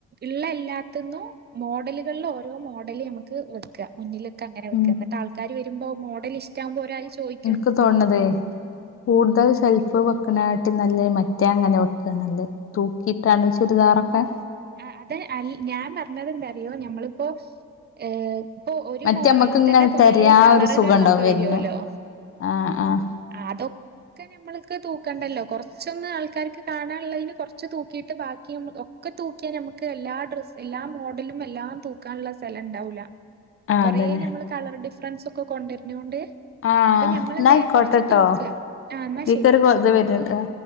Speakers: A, on the right; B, on the left.
A: ള്ള എല്ലാത്തിന്നും മോഡലുകളിൽ ഓരോ മോഡല് നമുക്ക് വെക്ക ക്ക മുന്നില് ക്കങ്ങനെ വെക്ക
B: ഉം
A: ന്നട്ട് ആൾക്കാര് വരുമ്പം മോഡല് ഇഷ്ടാവുമ്പോ ഓരാ രേ ചോയി
B: ഇക്ക് തോണ്തേ കൂടുതൽ ഷെൽഫ് വെക്ക് ണേ ട്ടിം നല്ലേ മറ്റേ അങ്ങനെ വെക്ക നല്ലേ തൂക്കിട്ടാണ് ചുരിദാറൊക്കെ
A: ആ അത് അൽ ഞാൻ പറഞ്ഞത് എന്താറിയോ ഞമ്മളിപ്പോ ഏഹ് ഇപ്പൊ ഒരു
B: മറ്റേ
A: മോഡലിൽ
B: നമ്മക്ക് ഇങ്ങനെ
A: തന്നെ കൊറേ
B: തെരയാ
A: കളറുകളിലൊക്കെ
B: ഒരു സുഖം ഉണ്ടാവും വരുന്ന്
A: വരുവല്ലോ
B: ആഹ് ആഹ്
A: ആ തൊ ക്കെ നമ്മൾക്ക് തൂക്കണ്ടല്ലോ കൊറച്ചൊന്ന് ആൾക്കാർക്ക് കാണാള്ളയ്ന് കൊർച്ച് തൂക്കിയിട്ട് ബാക് ഒക്കെ തൂക്കിയാ നമുക്ക് എല്ലാ ഡ്രസ് എല്ലാ മോഡലും എല്ലാം തൂക്കാനുള്ള സ്ഥലം ണ്ടാവൂല
B: ആഹ്
A: കൊറെ
B: അതന്നെ
A: നമ്മള് കളർ ഡിഫറൻസ് ഒക്കെ കൊണ്ടര്നോണ്ട്
B: ആഹ്
A: അപ്പൊ ഞമ്മളെന്തെയ്യ
B: എന്നാ ആയിക്കോട്ടെട്ടോ
A: കൊർച്ച് തൂക്ക, ആഹ് ന്നാ
B: ഇതിക്കൊരു
A: ശരി
B: ഇത് വരുന്നുണ്ട് ആ